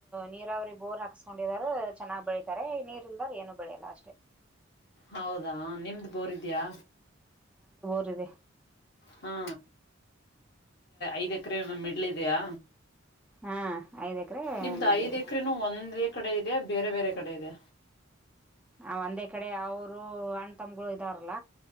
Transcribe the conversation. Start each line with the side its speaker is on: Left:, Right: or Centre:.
Centre: ನೀರಾವರಿ ಬೋರ್ ಹಾಕಸ್ಕೊಂಡಿದಾರ ಚೆನ್ನಾಗ್ ಬೆಳ ತ ನೀರ್ ಇಲ್ದಾರ ಏನು ಬೆಳಿಯಲ್ಲ ಅಷ್ಟೇ
Left: ಹೌದಾ ನಿಮ್ದ್ ಬೋರ್ದ್ಯಾ
Centre: ಕದೆ
Left: ಹಾ ಐದ್ ಎಕರೆ ಮಿಡ್ಲಿದೆಯಾ
Centre: ಹಾ ಐದ್ ಎಕರೆ
Left: ನಿಮ್ದ್
Centre: ಮಿಡ್ಲ್
Left: ಐದ್
Centre: ಇದೆ
Left: ಎಕ್ರನು ಒಂದ್ ಎ ಕಡೆ ಇಯ ಬೇರೆ ಬೇರೆ ಕಡೆ ಇದೆ
Centre: ಆ ಒಂದೇ ಕಡೆ ಅವರು ಅಣ್ ತಮಗಳು ಇದಾವ್ರಲ್ಲ